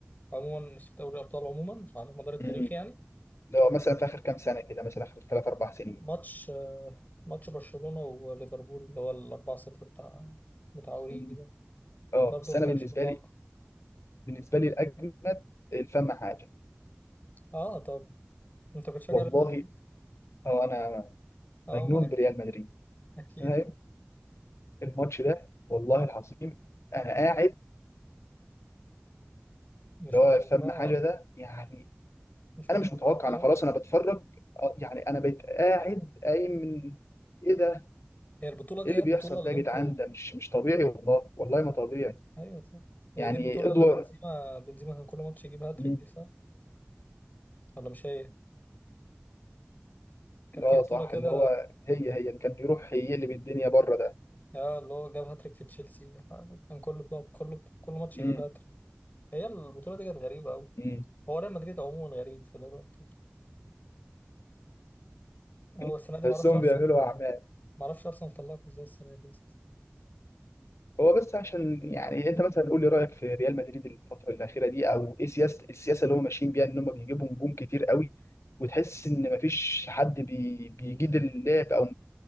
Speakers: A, on the left; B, on the left.
A: عموما في دوري الأبطال عموما على مدار التاريخ
B: امم
A: يعني
B: ده مثلا في اخر كام سنه كده مثلا اخر ثلاث اربع سنين
A: ماتش ماتش برشلونة وليفربول اللي هو ال 4-0 بتاع بتاع اوريجي
B: مم.
A: ده
B: اه
A: برضه
B: بس انا
A: ما كانش
B: بالنسبه
A: متوقع
B: لي بالنسبه لي الاجمد الفم حاجه
A: اه طب انت بتشجع
B: والله
A: ريال مدريد
B: هو انا
A: اه
B: مجنون
A: ما اكيد
B: بريال مدريد
A: اكيد
B: أنا
A: طب
B: الماتش ده والله العظيم انا قاعد
A: مش
B: اللي هو
A: متوقعة
B: الفم حاجه ده يعني
A: مش
B: انا
A: متوقعة
B: مش متوقع
A: خالص
B: انا خلاص انا بتفرج آه، يعني انا بقيت قاعد قايم من ايه ده
A: هي البطولة دي
B: ايه اللي
A: هي
B: بيحصل
A: البطولة اللي
B: ده يا
A: انتوا
B: جدعان ده مش مش طبيعي والله والله ما طبيعي
A: ايوه صح هي
B: يعني
A: دي البطولة
B: ادوار
A: اللي بنزيما بنزيما كان كل ماتش يجيب هاتريك
B: مم.
A: دي صح ولا مش هي كان
B: اه
A: في بطولة
B: صح
A: كده
B: اللي هو هي هي اللي كان بيروح يقلب الدنيا بره ده
A: اه اللي هو جاب هاتريك في تشيلسي كان كل بطولة كل كل ماتش
B: مم.
A: يجيب هاتريك هي البطولة دي كانت غريبة قوي
B: مم.
A: هو ريال مدريد عموما غريب في دلوقتي هو
B: <laughs>
A: السنة دي
B: بس
A: معرفش
B: هم
A: أرسنال
B: بيعملوا اعمال
A: ما اعرفش ارسنال طلعكوا ازاي السنه دي أساساً.
B: هو بس عشان يعني انت مثلا قول لي رايك في ريال مدريد الفتره الاخيره دي او ايه سياسه السياسه اللي هم ماشيين بيها ان هم بيجيبوا نجوم كتير قوي وتحس ان مفيش حد بي بيجيد اللعب او